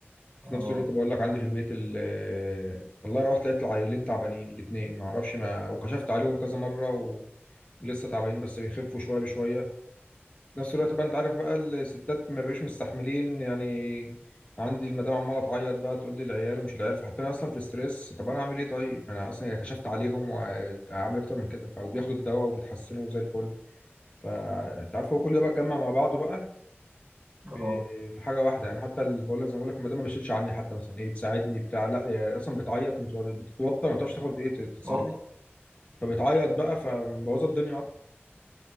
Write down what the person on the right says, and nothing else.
اه
اه
اه